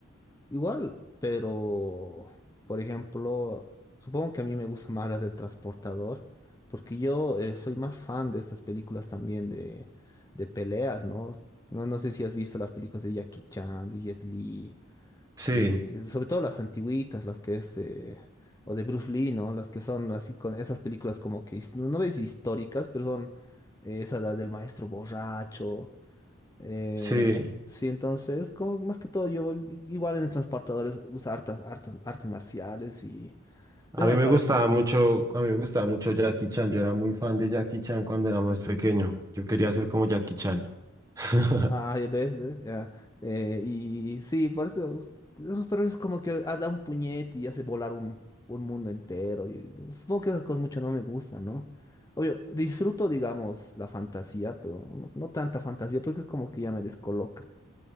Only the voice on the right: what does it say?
Sí,
sí.
A
mí
me
gustaba mucho, a mí me gustaba mucho Jackie Chan. Yo era muy fan de Jackie Chan cuando era más pequeño. Yo quería ser como Jackie Chan. <laughs>